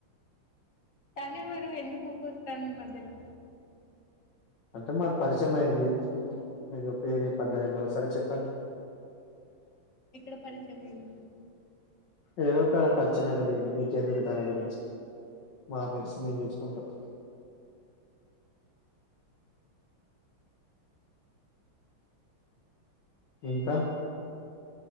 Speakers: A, on the left; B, on the left.
A: తను ఏవరు ఎందుకు ఊకో వస్తంది మధ్యలో
B: అంటే మాకు పరిచయం అయింది మీ పేరు చేపద్దా సరే చెప్పన్
A: ఎక్కడ పరిచయం అయింది
B: ఏదో కాడ పరిచయమైంది లేండి మీకెందుకు తన గురించి మా మెర్స్ మేం జూస్కుంటాం ఇంకా